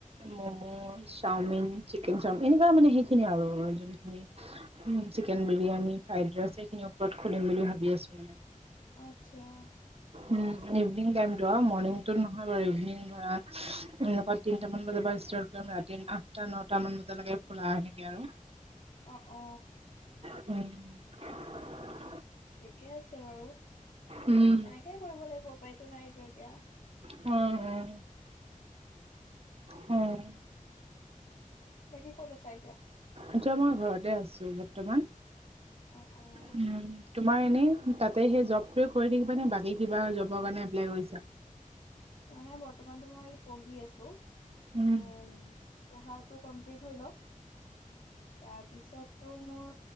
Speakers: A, on the right; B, on the left.
A: মম', চাওমিন, চিকেন চাওমিন এনেকুৱা মানে সেইখিনিয়ে আৰু। যোনখিনি উম চিকেন বিৰিয়ানী, ফ্ৰাইড ৰাইচ এইখিনি ওপৰত খুলিম বুলি ভাবি আছো মানে।
B: আত্ছা।
A: উম, ইভিনিং টাইমতো আও মৰ্ণিংটো নহয় বাৰু। ইভিনিং ধৰা এনেকুৱা তিনটামান বজাৰ পৰা ষ্টাৰ্ট কৰিম ৰাতি আঠটা নটা মান বজালৈকে খোলা। এনেকে আৰু।
B: অ, অ।
A: উম।
B: ঠিকে আছে বাৰু।
A: উম
B: এনেকাই কৰিব লাগিব। উপায়টো নাই টো এতিয়া।
A: হুম, উম, হম।
B: বাকী ক'ত আছা এতিয়া?
A: এতিয়া মই ঘৰতে আছো বৰ্তমান।
B: অ, অ।
A: উম তোমাৰ এনেই তাতে সেই জবটোৱে কৰি থাকিবানে? বাকী কিবা জবৰ কাৰণে এপ্লাই কৰিছা?
B: মানে বৰ্তমানতো মই পঢ়ি আছো। মানে
A: উম
B: পঢ়াটো কমপ্লিট হৈ লওক। তাৰপিছটো মোৰ